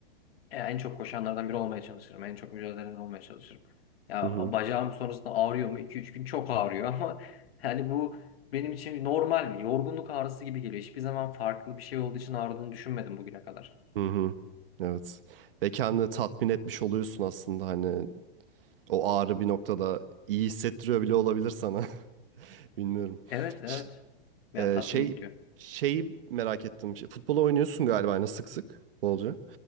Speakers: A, on the left; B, on the right.
A: e, en çok koşanlardan biri olmaya çalışırım. En çok mücadele eden olmaya çalışırım. Ya
B: hı hı,
A: o bacağım sonrasında ağrıyor mu? 2 üç gün çok ağrıyor <laughs> ama yani bu benim için normal bir yorgunluk ağrısı gibi geliyor. Hiçbir zaman farklı bir şey olduğu için ağrıdığını düşünmedim bugüne kadar.
B: hı hı. Evet. Ve kendini tatmin etmiş oluyorsun aslında hani o ağrı bir noktada iyi hissettiriyor bile olabilir sana. <laughs> Bilmiyorum.
A: Evet evet.
B: Ş-
A: Yani
B: e,
A: tatmin
B: şey
A: ediyor.
B: şeyi merak ettim. Şey, Futbol oynuyorsun galiba hani sık sık bolca.